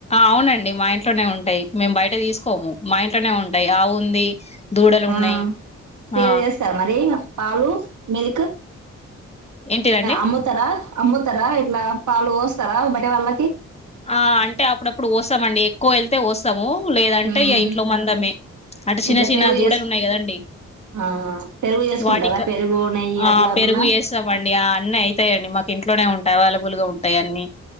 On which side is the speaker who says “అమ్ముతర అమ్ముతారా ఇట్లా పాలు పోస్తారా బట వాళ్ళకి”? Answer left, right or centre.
Right